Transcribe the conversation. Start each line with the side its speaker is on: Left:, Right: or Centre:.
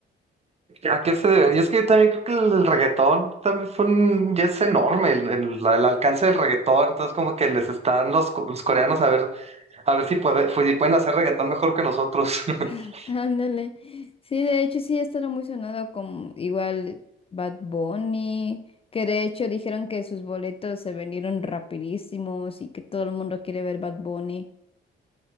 Right: ¿A qué se debe? Y es que yo también creo que el, el reggaetón también fue un, ya es enorme el, el- la- el alcance del reggaetón. Entonces, como que les están los, co- los coreanos a ver, a ver si, puede, pues, si pueden hacer reggaetón mejor que nosotros. <laughs>
Left: <laughs> Ándale. Sí, de hecho sí ha estado muy sonado con igual Bad Bunny, que de hecho dijeron que sus boletos se vendieron rapidísimos y que todo el mundo quiere ver Bad Bunny